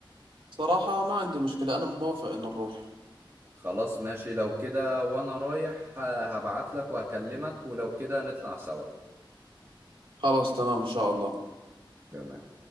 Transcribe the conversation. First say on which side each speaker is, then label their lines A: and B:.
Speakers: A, on the right (about 80°); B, on the right (about 30°).
A: صراحة ما عندي مشكلة أنا موافق إن نروح
B: خلاص ماشي لو كده وانا رايح آه، هبعت لك وهكلمك ولو كده نطلع سوا
A: خلاص تمام إن شاء الله
B: تمام